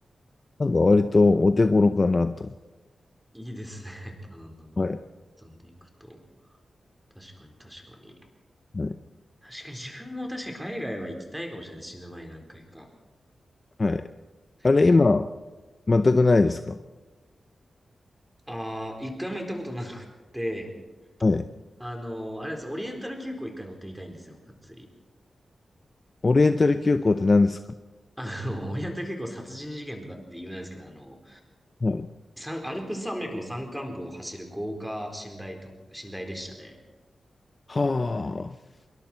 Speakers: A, on the left (about 35°); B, in the centre.
A: なんか割とお手頃かなと。
B: いいですね。<laughs> バナナが
A: はい。
B: 飛んでいくと。確かに確かに。
A: はい。
B: 確かに自分も確かに海外は行きたいかもしれない。死ぬ前に何回か。
A: はい、あれ、
B: あの、
A: 今、全くないですか
B: あー一回も行ったことなくって、
A: はい。
B: あの、あれなんですよオリエンタル急行一回乗ってみたいんですよ、がっつり。
A: オリエンタル急行って何ですか
B: あの、オリエンタル急行殺人事件とかって有名なんですけど、あの、
A: はい。
B: 三アルプス山脈の山間部を走る豪華寝台特、寝台列車で、
A: はあ。